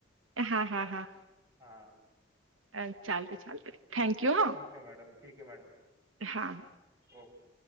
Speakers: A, on the right; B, on the right.
A: हा हा हा.
B: हा.
A: अ चालत थँक्यू हं.
B: ठीक मॅडम ठीक आहे मॅडम.
A: हां.
B: ओके.